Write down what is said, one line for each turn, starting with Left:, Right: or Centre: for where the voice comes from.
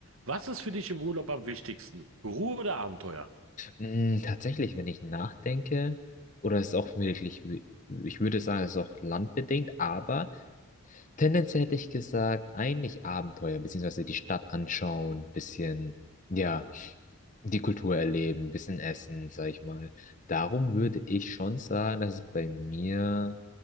Right: Was ist für dich im Urlaub am wichtigsten? Ruhe oder Abenteuer?
Left: Mm, Tatsächlich, wenn ich nachdenke, oder es ist auch wirklich, ich würde sagen, es ist auch landbedingt, aber tendenziell hätte ich gesagt, eigentlich Abenteuer, beziehungsweise die Stadt anschauen, bisschen, ja, die Kultur erleben, bisschen essen, sag ich mal. Darum würde ich schon sagen, dass es bei mir